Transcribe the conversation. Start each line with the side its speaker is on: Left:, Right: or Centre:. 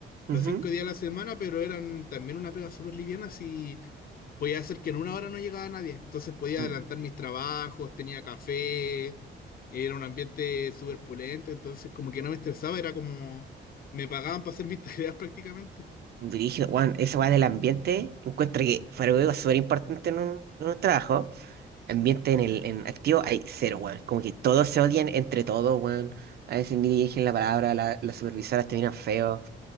Left: los
Right: Ujú.
Left: cinco días de la semana, pero eran también una pega súper liviana, si podía hacer que en una hora no llegaba nadie. Entonces podía
Right: Mm.
Left: adelantar mis trabajos, tenía café, era un ambiente súper pulento, entonces como que no me estresaba, era como me pagaban para hacer mis <laughs> tareas prácticamente.
Right: Brígido, Juan, esa weá del ambiente, encuentro que fue algo súper importante en un, en un trabajo. ambiente en el en activo hay cero, weón. Como que todos se odian entre todos, weón. A veces ni dirigen la palabra, la- las supervisoras terminan feo.